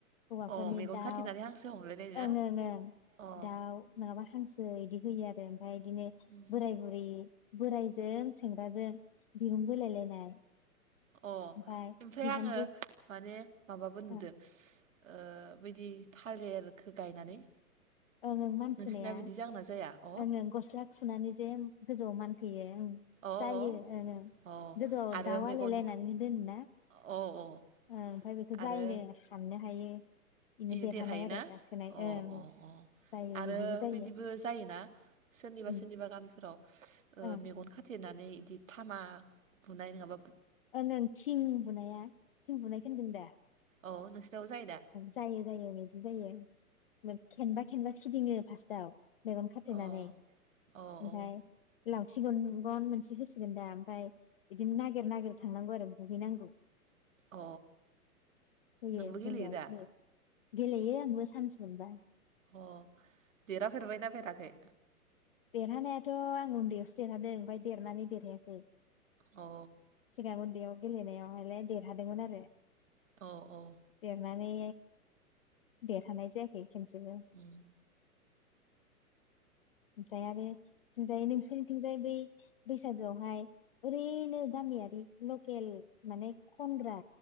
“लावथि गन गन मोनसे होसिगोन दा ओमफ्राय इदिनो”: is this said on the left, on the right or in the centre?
Left